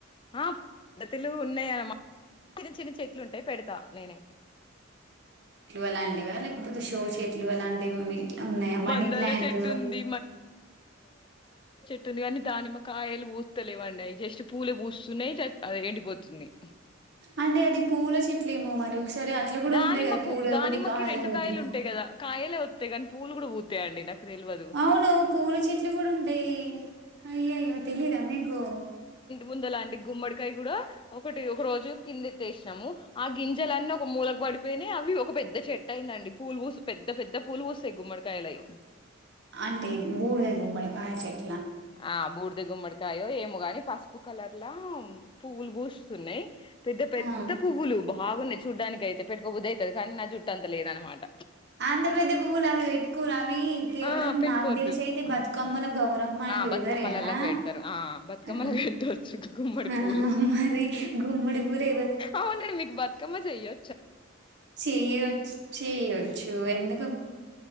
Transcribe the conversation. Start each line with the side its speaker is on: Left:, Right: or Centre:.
Left: ఆ దతులు ఉన్నాయనమాట చిన్న చిన్న చెట్లుంటే పెడతా నేనే
Right: అలాంటి వా లేక పోతే షో చెట్లు అలాంటివిఇంట్లో ఉన్నాయా మనీ
Left: మందార
Right: ప్లాంట్
Left: చెట్టు ఉంది ది కాని దానిమ్మ కాయలు పూస్తలేవండి అవి జస్ట్ పూలు పూస్తున్నాయి ఎండిపోతు న్నాయ్
Right: అంటే అది పూల చెట్లేమో మరి ఒకసారి అట్లా కూడా
Left: దానిమ్మ
Right: ఉంటాయి కదా
Left: పూ
Right: పూలు
Left: దానిమ్మకి
Right: ఒకటి
Left: రెండు
Right: ఒకటి
Left: కాయలు ఉంటాయి కదా కాయలే వత్తయి గానీ పూలు కూడా పూతాయండి నాకు తెల్వదు
Right: అవును పూలు చెట్ గుడా ఉంటయి అయ్యయ్యో తెలీదా మీకు
Left: ముందులాంటి గుమ్మడికాయ కూడా ఒకటి ఒక రోజు కిందె తెసినాము ఆ గింజలన్నీ ఒక మూలక పడిపోయినాయి అవి ఒక పెద్ద చెట్ అయిందండి పూలుపూసి పెద్ద పెద్ద పూలు పూస్తయ్ గుమ్మడికాయలయి
Right: అంటే బూడిద గుమ్మడి కాయ చెట్టు
Left: ఆ బూడిద గుమ్మడికాయో ఏమో గాని పస్ ఉప్పు కలర్లా పువ్వులు పూస్తున్నయ్ పెద్ద పెద్ద
Right: ఆ
Left: పువ్వులు బాగున్నాయి చూడ్డానికి అయితే పెట్టుకోబుద్ది అయితది కానీ నా జుట్టంత లేదనమాట
Right: అంత పెద్ద పువ్వులు అవి పెట్టుకొరు అవి కేవలం
Left: ఆ పెట్టుకోవద్దు
Right: నాగ్ తెలిసి అయితే బతుకమ్మల
Left: ఆ
Right: గౌరమ్మ అని
Left: ఆ
Right: పెడతారు
Left: బతుకమ్మలలాకి
Right: కదా
Left: పెడతారు ఆ బతుకమ్మలా
Right: ఆ
Left: పెట్టవచ్చు గుమ్మడి
Right: ఆ
Left: పూలు
Right: మరి గుమ్మడి పూలు
Left: అవునండి మీకు బతుకమ్మ చెయ్యొ
Right: చేయొచ్ చేయు వచ్చు ఎందు